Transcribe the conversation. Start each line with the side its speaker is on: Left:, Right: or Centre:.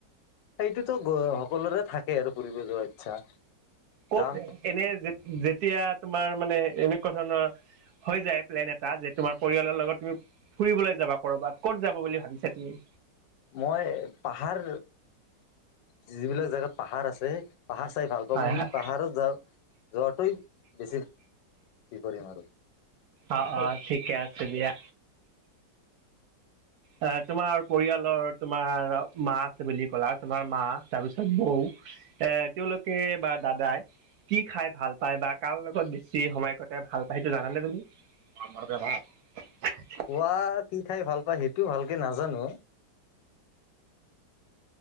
Left: সেইটোতো গ সকলোৰে থাকে আৰু ফুৰিব যোৱাৰ ইচ্ছা।
Right: কত
Left: যাম
Right: কেনে যে যেতিয়া তোমাৰ মানে এনেকুৱা ধৰণৰ হৈ যায়, প্লেন এটা যে তোমাৰ পৰিয়ালৰ লগত তুমি ফুৰিবলৈ যাবা কৰ'বাত, ক'ত যাব বুলি ভাবিছা তুমি?
Left: মই পাহাৰ, যিবিলাক জেগাত পাহাৰ আছে পাহাৰ চাই ভাল তুমি
Right: হয় হয়
Left: পাহাৰত যাওঁ যোৱাটোৱেই বেছি কি কৰিম আৰু।
Right: অ অ ঠিকে আছে দিয়া। অ তোমাৰ পৰিয়ালৰ তোমাৰ মাক আছে বুলি কলা, তোমাৰ মা তাৰপিছত বৌ এ তেওঁলোকে বা দাদাই- কি খাই ভাল পায় বা কাৰ লগত বেছি সময় কটাই ভাল পায় সেইটো জানানে তুমি? <inaudible>
Left: খোৱাত কি খাই ভাল পায় সেইটো ভালকে নাজানো।